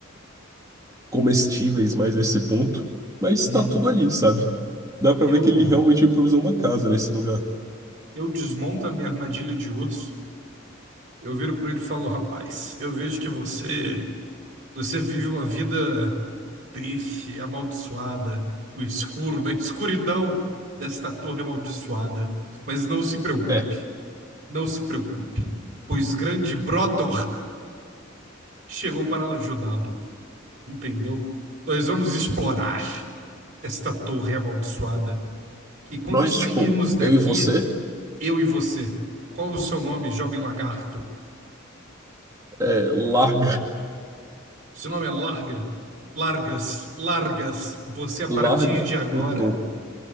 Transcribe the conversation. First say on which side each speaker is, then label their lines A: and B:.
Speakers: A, on the right; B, on the right.
A: comestíveis mais a esse ponto, mas
B: uhum.
A: tá tudo ali, sabe? Dá pra
B: Eu,
A: ver que ele realmente improvisou uma casa nesse lugar.
B: eu desmonto a minha armadilha de urso. Eu viro para ele e falo, rapaz, eu vejo que você, você vive uma vida. triste, amaldiçoada, no escuro, na escuridão desta torre amaldiçoada. Mas não se preocupe,
A: É,
B: não se preocupe, pois grande Brotor chegou para ajudá-lo, entendeu? Nós vamos explorar esta torre amaldiçoada. E quando
A: nós,
B: sairmos
A: tipo,
B: daqui,
A: eu e você,
B: eu e você, qual o seu nome, jovem lagarto?
A: é, larga,
B: Seu nome é Larga? Largas, Largas, você
A: <laughs>
B: a partir
A: larga
B: de agora.
A: o tô,